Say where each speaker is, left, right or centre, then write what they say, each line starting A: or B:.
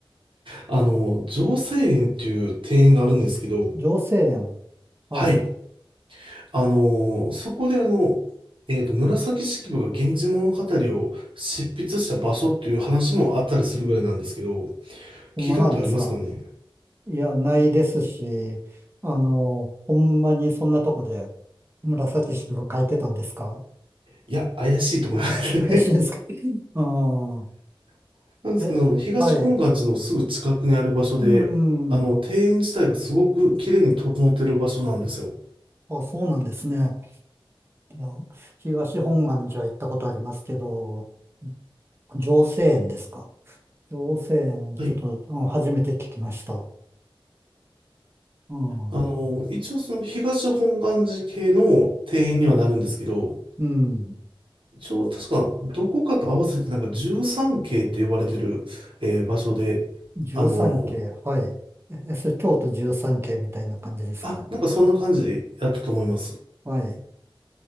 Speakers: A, on the right (about 65°); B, on the right (about 25°).
A: あの、城西園っていう庭園があるんですけど、
B: 女性園。はい。
A: はい。あのーそこであの、えーと、紫式部が源氏物語を執筆した場所っていう話もあったりするぐらいなんですけど、
B: ほんまなんですか。
A: 聞いたことありますかね
B: いや、ないですし、あの、ほんまにそんなとこで紫式部書いてたんですか
A: いや、怪しいと思いますね。
B: 怪しいんですかああ、
A: <laughs> なんですけど、
B: え、
A: あの、東本願寺のすぐ近くにある場所で、
B: はい。うーん。
A: あの、庭園自体がすごく綺麗に整ってる場所なんですよ。
B: あ、そうなんですね。いや、東本願寺は行ったことありますけど、浄世園ですか。浄世園、
A: はい。
B: ちょっと、うん初めて聞きました。うん。
A: あの、一応その東本願寺系の庭園にはなるんですけど、
B: うん。
A: 一応確かどこかと合わせてなんか13系って呼ばれてる、えー場所で、
B: 十三系、
A: あの、
B: はい。え、えそれ京都十三系みたいな感じですか
A: あ、なんかそんな感じやったと思います。
B: はい。